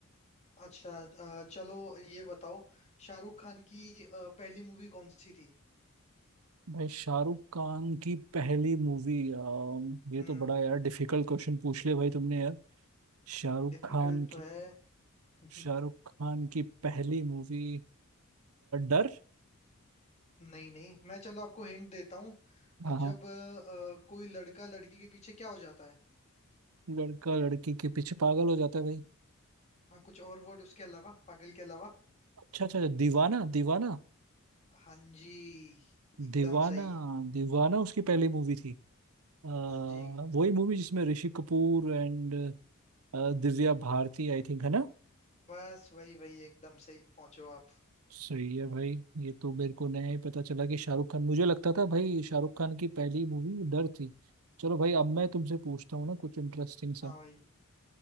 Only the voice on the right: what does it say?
भाई शाहरुख खान की पहली मूवी ये
तो बड़ा यार डिफिकल्ट क्वेश्चन पूछ लिया भाई तुमने यार शाहरुख
खान
की
शाहरुख खान की पहली मूवी डर
हाँ
हाँ
लड़का लड़की के पीछे पागल हो जाता है भाई
अच्छा अच्छा अच्छा, दीवाना दीवाना
दीवाना
दीवाना उसकी पहली मूवी थी आ,
वही
मूवी जिसमें Rishi Kapoor and Divya Bharti I think है ना
सही है भाई ये तो मेरे को नया ही पता चला कि शाहरुख खान मुझे लगता था भाई शाहरुख खान की पहली मूवी डर थी चलो भाई अब मैं तुमसे पूछता हूँ ना कुछ इंटरेस्टिंग सा